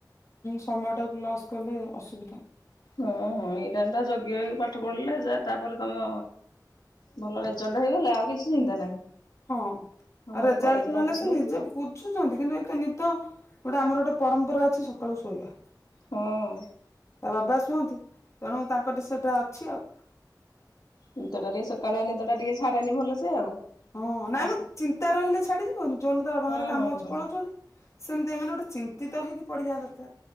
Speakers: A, on the left (about 45°); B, on the left (about 85°).
A: ସମୟଟାକୁ ଲସ୍ କଲେ ଅସୁବିଧା।
B: ହଁ ହଁ ଏଇଟା ତା ଜଗି ରଖି ପାଠ ପଢିଲେ ଯା ତାପରେ ତମ ଭଲ ରେଜଲ୍ଟ ହେଇଗଲେ ଆଉ କିଛି ଚିନ୍ତା ନାହିଁ।
A: ହଁ
B: ହଁ ଭଲ
A: ଆ ରେଜଲ୍ଟ
B: କଲେଜରେ
A: ନହେଲେ
B: ଆଡମିସନ
A: ସେ ନିଜେ
B: ହେଇଯିବ
A: ବୁଝୁଛନ୍ତି କିନ୍ତୁ ଏଇତ ନିଦ ଗୋଟେ ଆମର ଗୋଟେ ପରମ୍ପରା ଅଛି ସକାଳୁ ଶୋଇବା।
B: ହଁ।
A: ତା ବାବା ଶୁହନ୍ତି ତେଣୁ ତାଙ୍କ ଟିକେ ସେଟା ଅଛି ଆଉ
B: ନିଦଟା ଟିକେ ସକାଳେ ଆ ନିଦଟା ଟିକେ ଛାଡେନି ଭଲ ସେ ଆଉ
A: ହଁ ନାଇଁ
B: ଆସ
A: ମ ଚିନ୍ତା ରହିଲେ ଛାଡିଯିବନି ଯୋଉ ଦିନ ତାର
B: ହୁଁ
A: ବାବାଙ୍କର
B: ହୁଁ
A: କାମ ଅଛି
B: ହୁଁ।
A: ପଳାଉଛନ୍ତି। ସେମିତି ଏମାନେ ଗୋଟେ ଚିନ୍ତିତ ହେଇକି ପଢ଼ିବା ଦରକାର